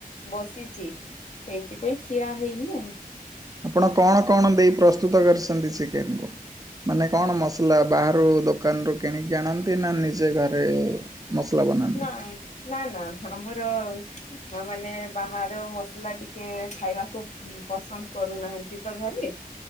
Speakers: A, on the left (about 50°); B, on the right (about 25°).
A: ବସିଛି ସେଇଥିପାଇଁ ଖିଆ ହେଇନି ଆଉ।
B: ଆପଣ କଣ କଣ ଦେଇ ପ୍ରସ୍ତୁତ କରିଛନ୍ତି ଚିକେନ କୁ ମାନେ କଣ ମସଲା ବାହାରୁ ଦୋକାନରୁୁ କିଣିକି ଆଣନ୍ ନ୍ତି ନା ନିଜେ ଘରେ ମସଲା ବନାନ୍ତି?
A: ନା ନା ନା ଆମର ହଁ ମାନେ ବାହାର ମସଲା ଟିକେ ଖାଇବାକୁ ପସନ୍ଦ କରୁନାହାନ୍ତି ତ ଘରେ